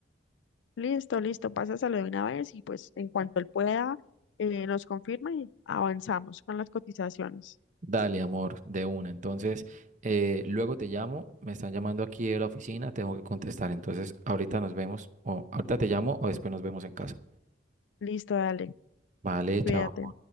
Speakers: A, on the left; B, on the right.
A: Listo, listo, pásaselo de una vez y pues en cuanto él pueda, eh, nos confirma y avanzamos con las cotizaciones.
B: Dale, amor, de una. Entonces, eh, luego te llamo. Me están llamando aquí de la oficina. Tengo que contestar. Entonces, ahorita nos vemos, o ahorita te llamo, o después nos vemos en casa.
A: Listo, dale,
B: Vale,
A: cuídate.
B: chao.